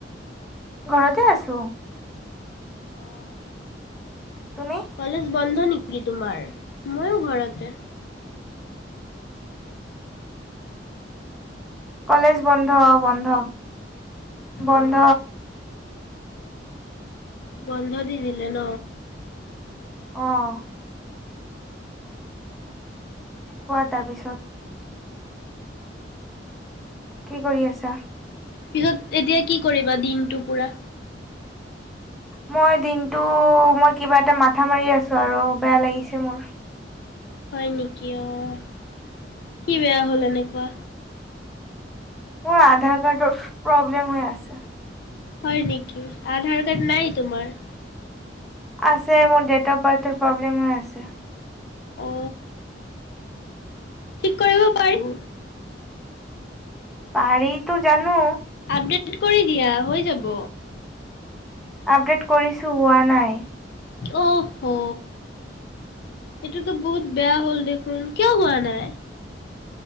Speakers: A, in the centre; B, on the left.
A: ঘৰতে আছোঁ।
B: আহ'
A: তুমি
B: কলেজ বন্ধ নেকি তোমাৰ, মইো ঘৰতে।
A: কলেজ বন্ধ বন্ধ বন্ধ
B: অ'। বন্ধ দি দিলে ন।
A: অঁ কোৱা তাৰ পিছত-। কি কৰি আছা।
B: পিচত এতিয়া কি কৰিবা দিনটো পুৰা।
A: মই দিনতটো মই কিবা এটা মাথা মাৰি আছোঁ। আৰু বেয়া লাগিছে মোৰ,
B: হয় নেকি অ' কি বেয়া হ'ল এনেকুৱা।
A: মোৰ আধাৰ কাৰ্ডৰ প্ৰব্লেম হৈ আছে।
B: হয় নেকি আধাৰ কাৰ্ড নাই তোমাৰ।
A: আছে মোৰ ডেট অফ বাৰ্থৰ প্ৰব্লেম হৈ আছে।
B: অ' ঠিক কৰিব পাৰিম।
A: পাৰীটো জানো।
B: আপডেট কৰি দিয়া হৈ যাব।
A: আপডেট কৰিছোঁ হোৱা নাই।
B: অ' হ। এইটোতো বহুত বেয়া হ'ল দেখোন কিয় হোৱা নাই।